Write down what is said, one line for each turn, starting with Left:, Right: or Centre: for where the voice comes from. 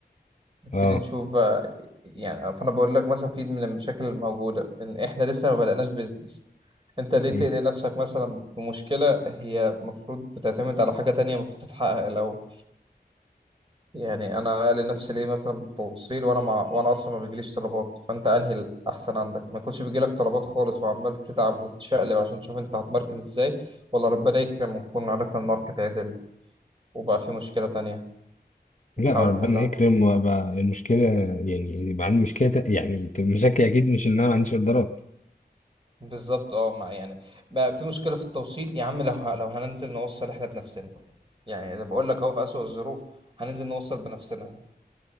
Right: نبتدي
Left: اه
Right: نشوف آه، يعني فانا بقول لك مثلا في من المشاكل الموجوده ان احنا لسه ما بدأناش بيزنس انت ليه تقلق
Left: مم.
Right: نفسك مثلا بمشكله هي المفروض بتعتمد على حاجه تانية المفروض تتحقق لو يعني انا قلق نفسي ليه مثلا بتوصيل وانا مع وانا اصلا ما بيجيليش طلبات فانت انهي الاحسن عندك ما يكونش بيجيلك طلبات خالص وعمال تتعب وتشقلب عشان تشوف انت هتماركت ازاي ولا ربنا يكرم ونكون عرفنا الماركت عدل وبقى في مشكلة تانية بنحاول
Left: لا ربنا
Right: نحلها
Left: يكرم وابقى المشكله يعني يبقى عندي مشكله تا- يعني ت- مشاكلي اكيد مش ان انا ما عنديش اوردرات
Right: بالظبط اه مع يعني بقى في مشكلة في التوصيل يا عم لو ه- لو هننزل نوصل احنا بنفسنا يعني أنا بقول لك اهو في أسوأ الظروف هننزل نوصل بنفسنا